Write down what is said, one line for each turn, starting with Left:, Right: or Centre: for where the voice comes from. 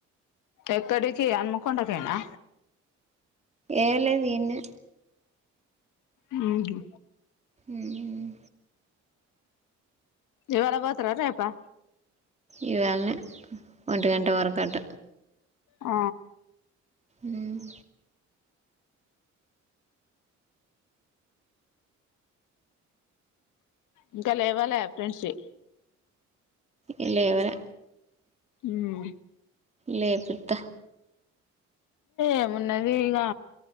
Left: ఎక్కడకి అమ్ముకుండపొయినా?
Right: ఏ లేద్ ఏన్నే
Left: మ్ హు
Right: ఉమ్
Left: ఇవాళ పోతార రేపా?
Right: ఇవేళ్నే ఒంటి గంట వరకు అంట
Left: ఆ
Right: మ్
Left: ఇంకా లేవాలె ఫ్రెండ్షి
Right: ఇ లేవరే
Left: మ్
Right: లేపుథ
Left: ఏమున్నది ఇగా?